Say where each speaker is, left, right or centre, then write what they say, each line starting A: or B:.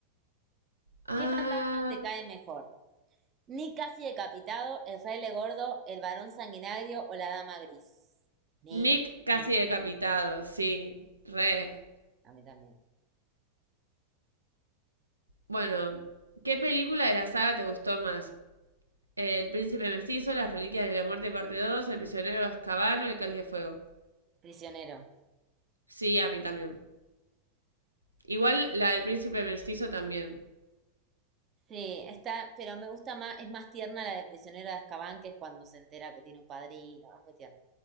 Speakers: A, on the right; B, on the right.
A: Ah,
B: ¿Qué fantasma te cae mejor? Nick casi decapitado, el fraile gordo, el varón sanguinario o la dama gris. Nick,
A: Nick casi decapitado, sí, re.
B: a mí también.
A: Bueno, ¿qué película de la saga te gustó más? El Príncipe Mestizo, Las Reliquias de la Muerte, parte 2, El Prisionero de Azkaban o El Cáliz de Fuego.
B: Prisionero.
A: Sí, a mí también. Igual la del príncipe mestizo también.
B: Sí, está, pero me gusta más, es más tierna la de prisionero de Azkaban, que es cuando se entera que tiene un padrino. Es muy tierna.